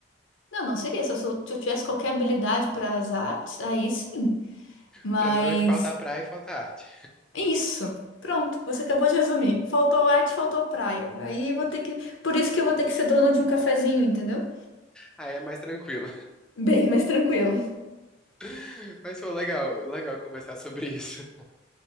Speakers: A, on the left (about 85°); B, in the centre.
A: Não, não seria. Se eu, sou- se eu tivesse qualquer habilidade para as artes, aí sim. Mas
B: O problema é que falta a praia e falta a arte.
A: é isso. Pronto, você acabou de resumir. Faltou arte, faltou praia. Aí eu vou ter que. Por isso que eu vou ter que ser dona de um cafezinho, entendeu?
B: Aí é mais tranquilo.
A: Bem, mas tranquilo.
B: <laughs> Mas foi legal, legal conversar sobre isso.